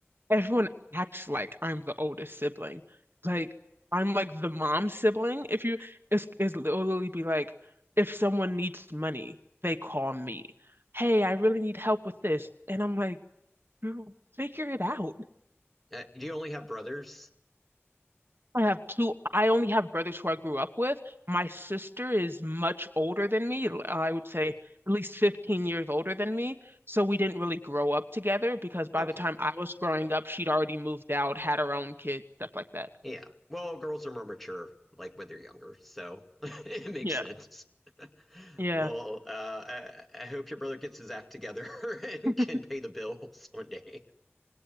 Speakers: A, on the right (about 50°); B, in the centre.
A: everyone acts like I'm the oldest sibling. Like I'm like the mom sibling. If you it's it's literally be like if someone needs money, they call me. Hey, I really need help with this. And I'm like, you figure it out.
B: Uh, do you only have brothers?
A: I have two. I only have brothers who I grew up with. My sister is much older than me. l- I would say
B: Okay.
A: at least 15 years older than me. So we didn't really grow up together because by
B: Okay.
A: the time I was growing up, she'd already moved out, had her own kids, stuff like that.
B: Yeah. Well, girls are more mature, like when they're younger, so <laughs> it makes
A: Yeah.
B: sense. <laughs>
A: Yeah.
B: Well, uh, I, I hope your brother gets his act together <laughs> and
A: <laughs>
B: can pay the bills one day. <laughs>